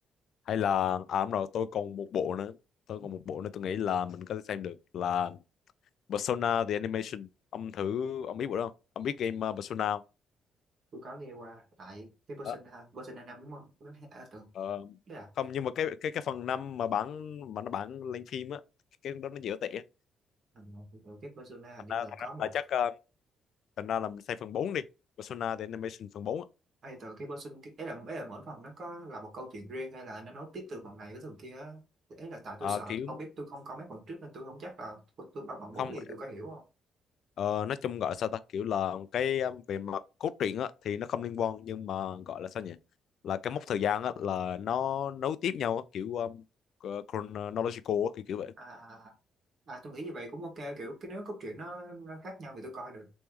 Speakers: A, on the left; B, on the right.
A: hay là à đúng rồi tôi còn một bộ nữa tôi
B: Ừ,
A: còn một bộ nữa tôi nghĩ là mình có thể xem được là Persona the Animation ông thử ông biết bộ đó không ông biết game ờ, Persona không
B: tôi có nghe qua tại cái Persona
A: Đó,
B: Persona 5 đúng không Nó à, từ
A: ờ,
B: tức là
A: không nhưng mà cái cái cái phần năm mà bản mà nó bản lên phim á cái đó nó dở tệ á.
B: ừ, từ cái Persona hình
A: thành
B: như
A: ra
B: là
A: thành
B: có
A: ra
B: một
A: là chắc ờ, thành ra là mình xem phần 4 đi Persona the Animation phần bốn, á.
B: ai từ cái person cái ấy là ấy là mỗi phần nó có là một câu chuyện riêng hay là nó nói tiếp từ phần này tới phần kia á ấy là tại tôi
A: Ờ,
B: sợ
A: kiểu
B: tôi không biết tôi không coi mấy phần trước nên tôi không chắc là tôi, tôi bao phần
A: không
B: bốn liền tôi có hiểu không
A: Ờ, nói chung gọi sao ta kiểu là cái um, về mặt cốt truyện á thì nó không liên quan nhưng mà gọi là sao nhỉ là cái mốc thời gian á là nó nối tiếp nhau á kiểu um, uh, chronological á kiểu kiểu vậy
B: à à tôi nghĩ như vậy cũng ok kiểu cái nếu câu chuyện nó, nó khác nhau thì tôi coi được